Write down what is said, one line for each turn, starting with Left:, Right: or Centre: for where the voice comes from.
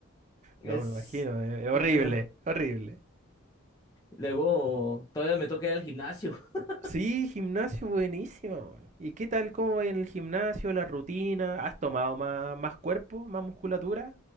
Left: es,
Right: No, me imagino, es horrible,
Left: Dios mío.
Right: horrible.
Left: Luego, todavía me toca ir al gimnasio. <laughs>
Right: Sí, gimnasio buenísima, weón. ¿Y qué tal? ¿Cómo va en el gimnasio? ¿La rutina? ¿Has tomado más, más cuerpo? ¿Más musculatura?